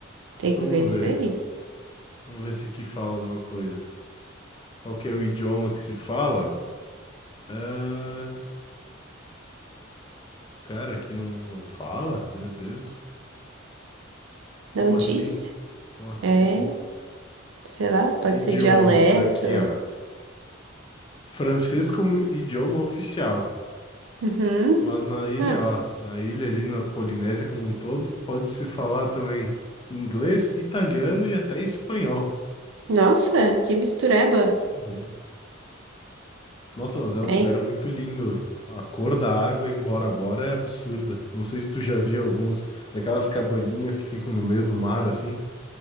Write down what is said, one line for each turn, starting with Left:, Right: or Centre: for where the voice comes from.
Right: Tem
Left: Vamos
Right: que ver isso
Left: ver.
Right: aí.
Left: Vamos ver se aqui fala alguma coisa. Qual que é o idioma que se fala? Ah, cara, aqui não, não fala? Meu Deus. Como
Right: Não
Left: assim?
Right: disse?
Left: Como assim?
Right: É, sei lá, pode
Left: Idioma,
Right: ser dialeto.
Left: aqui, ó. Francês como idioma oficial,
Right: Uhum.
Left: mas na ilha,
Right: Ah,
Left: ó, na ilha ali na Polinésia como um todo, pode-se falar também inglês, italiano e até espanhol.
Right: nossa, que mistureba.
Left: Uhum. Nossa, mas é um
Right: É.
Left: lugar muito lindo. A cor da água em Bora Bora é absurda. Não sei se tu já viu alguns daquelas cabaninhas que ficam no meio do mar assim.